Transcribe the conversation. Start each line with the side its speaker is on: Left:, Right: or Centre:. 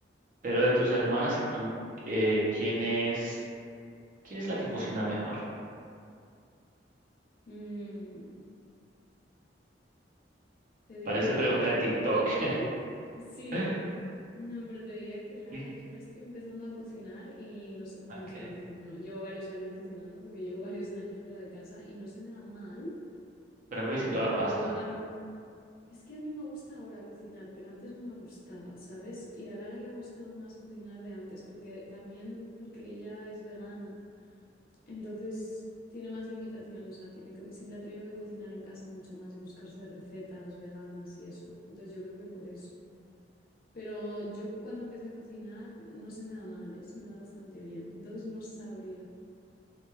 Right: Pero de tus hermanas y tú, eh, ¿quién es, quién es la que cocina mejor?
Left: Mm, te diría
Right: Parece
Left: que
Right: pregunta
Left: Lara
Right: de TikTok.
Left: también. Sí,
Right: <laughs>
Left: no, pero te diría que Lara,
Right: Sí,
Left: yo ahora estoy empezando a cocinar y no sé, bueno,
Right: ok.
Left: estoy empezando, no, llevo varios años cocinando porque llevo <laughs> varios años fuera de casa y no se me da mal,
Right: Pero algo distinto
Left: pero
Right: a la pasta.
Left: a m- es que a mí me gusta ahora cocinar, pero antes no me gustaba, ¿sabes? Y a Lara le ha gustado más cocinar de antes porque también porque ella es vegana. Entonces tiene más limitaciones, o sea, tiene que, siempre ha tenido que cocinar en casa mucho más y buscarse recetas veganas y eso. Entonces yo creo que por eso. Pero yo cuando empecé a cocinar no se me da mal, ¿eh? Se me da bastante bien. Entonces no sabría.